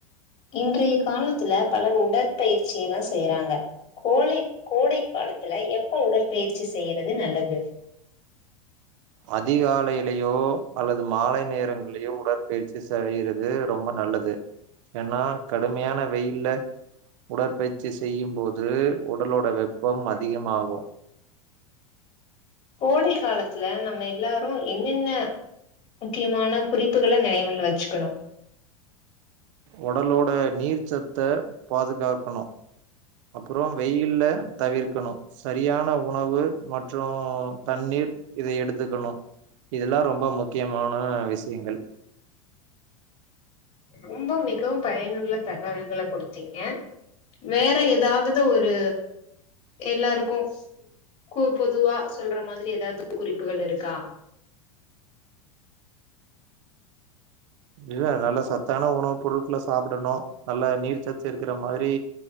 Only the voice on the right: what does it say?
அதிகாலையிலயோ அல்லது மாலை நேரங்களலையோ உடற்பயிற்சி செய்யறது ரொம்ப நல்லது ஏன்னா கடுமையான வெயில உடற்பயிற்சி செய்யு போது இது உடலோட வெப்பம் அதிகமாகோ
ஒடலோட நீர் சத்த பாதுகாக்கனோ அப்புரறோ வெயில தவிர்க்கனோ செரியான உணவு மற்றும் தண்ணீர் இதை எடுத்துக்கணு இதெல்லா ரொம்ப முக்கியமான விஷயங்கள்
இல்ல நல்ல சத்தான உணவு பொருட்கள சாப்டனோ நல்லா நீர் சத்து இருக்கிற மாரி